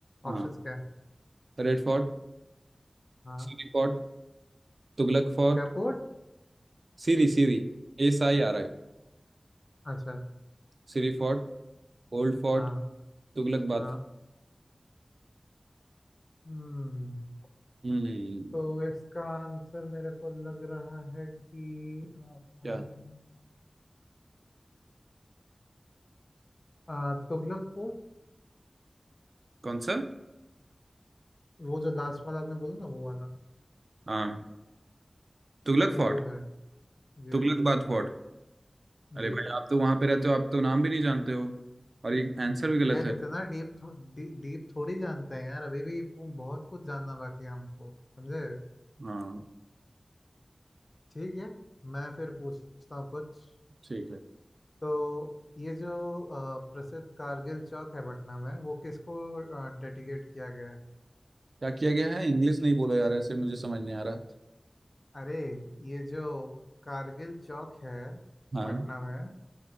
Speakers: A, on the right (about 65°); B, on the left (about 45°).
A: हाँ
B: ऑप्शंस क्या है
A: Red fort
B: हाँ
A: Siri fort Tughlaq fort
B: क्या पोर्ट
A: Siri Siri एस आई आर आई
B: अच्छा
A: Siri fort old fort
B: हाँ
A: Tughlaq बाद
B: हाँ हम्म
A: हम्म
B: तो इसका आंसर मेरे को लग रहा है कि अम,
A: क्या
B: आ, तुगलक पोर्ट
A: कौन सा
B: वो जो लास्ट वाला आपने बोला ना वो वाला
A: हाँ तुगलक
B: वो
A: फोर्ट
B: है जी
A: तुगलक बाद फोर्ट अरे
B: जी
A: भाई आप तो वहां पे रहते हो आप तो नाम भी नहीं जानते हो और ये आंसर भी गलत
B: यार
A: है
B: इतना डीप थो, डी, डीप थोड़ी जानते हैं यार अभी भी पू- बहुत कुछ जानना बाकी है हमको समझे
A: हाँ
B: ठीक है मैं फिर पूछता हूँ कुछ
A: ठीक है
B: तो ये जो अ, प्रसिद्ध कारगिल चौक है पटना में वो किसको डेडिकेट किया गया है
A: क्या किया गया है इंग्लिश नहीं बोलो यार ऐसे मुझे समझ नहीं आ रहा
B: अरे ये जो कारगिल चौक है
A: हाँ
B: पटना में